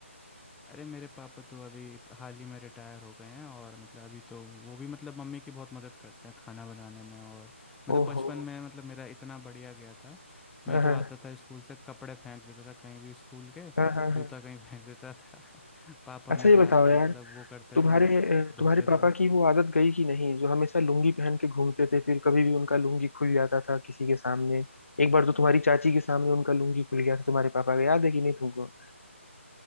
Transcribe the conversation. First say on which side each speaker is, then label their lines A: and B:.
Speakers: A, in the centre; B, on the left.
A: अरे मेरे पापा तो अभी हाल ही में रिटायर हो गए हैं और मतलब अभी तो वो भी मतलब मम्मी की बहुत मदद करते हैं खाना बनाने में और मतलब
B: ओहो
A: बचपन में मतलब मेरा इतना बढ़िया गया था मैं
B: हाँ
A: तो
B: हाँ
A: आता था स्कूल से कपड़े फेंक देता था कहीं भी स्कूल के
B: हाँ हाँ
A: जूता
B: हाँ।
A: कहीं फेंक देता था <laughs> पापा
B: अच्छा
A: मेरे
B: ये बताओ
A: आके
B: यार
A: मतलब वो करते
B: तुम्हारे
A: थे
B: अ,
A: धोते
B: तुम्हारे पापा
A: थे
B: की वो आदत गई कि नहीं जो हमेशा लुंगी पहन के घूमते थे फिर कभी भी उनका लुंगी खुल जाता था किसी के सामने एक बार तो तुम्हारी चाची के सामने उनका लुंगी खुल गया था तुम्हारे पापा का याद है कि नहीं तुमको